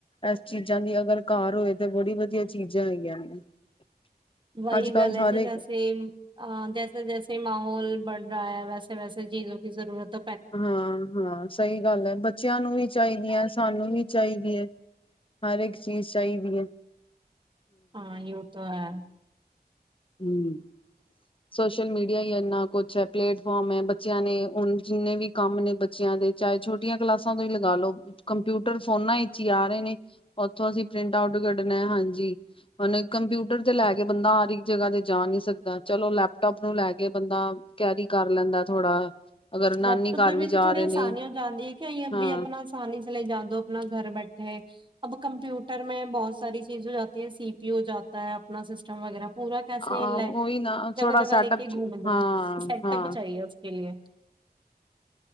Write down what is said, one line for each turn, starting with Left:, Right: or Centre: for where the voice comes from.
Left: ਇਸ ਚੀਜ਼ਾਂ ਦੀ ਅਗਰ ਘਰ ਹੋਏ ਤਾਂ ਬੜੀ ਵਧੀਆ ਚੀਜ਼ਾਂ ਹੈ ਗਿਆਂ ਨੇ।
Right: ਵਹੀ
Left: ਅੱਜ ਕੱਲ
Right: ਗੱਲ
Left: ਸਾਰੇ
Right: ਹੈ ਜੀ ਵੇਸੇਮ, ਅ ਜੈਸੇ- ਜੈਸੇ ਮਾਹੌਲ ਬੜ ਰਿਹਾ ਹੈ ਵੈਸੇ- ਵੈਸੇ ਚੀਜ਼ੋ ਕੀ ਜ਼ਰੂਰਤ,
Left: ਹਾਂ- ਹਾਂ ਸਹੀ ਗੱਲ ਐ, ਬੱਚਿਆਂ ਨੂੰ ਵੀ ਚਾਹੀਦੀਆਂ ਸਾਨੂੰ ਵੀ ਚਾਹੀਦੀ ਐ। ਹਰ ਇੱਕ ਚੀਜ਼ ਚਾਹੀਦੀ ਐ।
Right: ਹਾਂ ਯੂ ਤੋ ਐ।
Left: ਹੂੰ। ਸੋਸ਼ਲ ਮੀਡੀਆ ਹੀ ਇੰਨਾ ਕੁਛ ਹੈ ਪਲੇਟਫਾਰਮ ਹੈ ਬੱਚਿਆਂ ਨੇ ਹੁਣ ਜਿੰਨੇ ਵੀ, ਕੰਮ ਨੇ ਬੱਚਿਆਂ ਦੇ ਚਾਹੇ ਛੋਟੀਆਂ ਕਲਾਸਾਂ ਤੋਂ ਹੀ ਲਗਾ ਲੋ। ਕੰਪਿਊਟਰ ਫੋਨਾ ਇਚ ਈ ਆ ਰਹੇ ਨੇ ਉੱਥੋਂ ਅਸੀਂ ਪ੍ਰਿੰਟ ਆਊਟ ਕਡ, ਨਾ ਐ ਹਾਂਜੀ ਹੁਨ ਕੰਪਿਊਟਰ ਤੇ ਲੈ ਕੇ ਬੰਦਾ ਹਰ- ਜਗਾ ਤੇ ਜਾ ਨੀ ਸਕਦਾ ਚਲੋ ਲੈਪਟੋਪ ਨੂੰ ਲੈ ਕੇ ਬੰਦਾ ਕੈਰੀ ਕਰ ਲੈਂਦਾ ਥੋੜਾ। ਅਗਰ ਨਾਨੀ
Right: ਲੈਪਟੋਪ
Left: ਘਰ
Right: ਦੇ ਵਿੱਚ
Left: ਵੀ ਜਾ
Right: ਥੋੜੀ
Left: ਰਹੇ
Right: ਆਸਾਨੀ
Left: ਨੇ
Right: ਹੋ ਜਾਂਦੀ ਹੈ ਕਿ ਅਸੀ
Left: ਹਾਂ
Right: ਵੀ ਆਪਣਾ, ਅਸਾਨੀ ਸੇ ਲੇ ਜਾਂਦੇ ਹੋ ਆਪਣਾ ਘਰ ਬੈਠੇ। ਅਬ ਕੰਪਿਊਟਰ ਮੈਂ ਬਹੁਤ ਸਾਰੀ ਚੀਜ਼ ਹੋ ਜਾਤੀ ਹੈ ਸੀ ਪੀ ਹੋ ਜਾਤਾ ਹੈ ਆਪਣਾ ਸਿਸਟਮ ਵਗੈਰਾ। ਪੂਰਾ ਕੈ ਸੇ
Left: ਆ
Right: ਲੈ
Left: ਉਹੀ ਨਾ
Right: ਜਗਾ-
Left: ਥੋੜਾ
Right: ਜਗਾ
Left: ਸੈਟਅਪ
Right: ਲੈ ਕੇ ਘੁੰਮਦੇ
Left: ਹਾਂ
Right: ਏ ਸੈਟਅਪ
Left: ਹਾਂ
Right: ਚਾਹੀਏ ਉਸਕੇ ਲੀਏ।